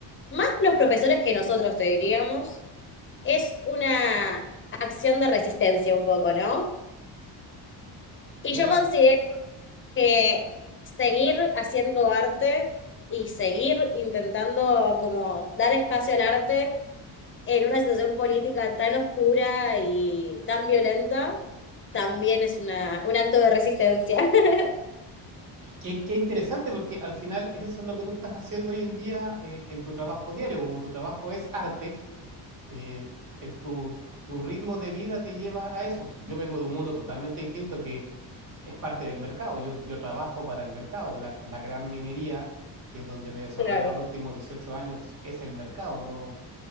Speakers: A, on the left; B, on the right.
A: más los profesores que nosotros te diríamos, es una acción de resistencia un poco, ¿no? Y
B: mira,
A: yo considero que seguir haciendo arte y seguir intentando como dar espacio al arte en una situación política tan oscura y tan violenta, también es una, un acto de resistencia. <laughs>
B: qué, qué interesante, porque al final eso es lo que tú estás haciendo hoy en día eh, en tu trabajo diario, como tu trabajo es arte eh, eh, tu, tu ritmo de vida te lleva a eso. Yo vengo de un mundo totalmente distinto que es parte del mercado. Yo, yo trabajo para el mercado. La, la gran minería, que es donde me he desarrollado
A: Claro.
B: los últimos 18 años, es el mercado. No,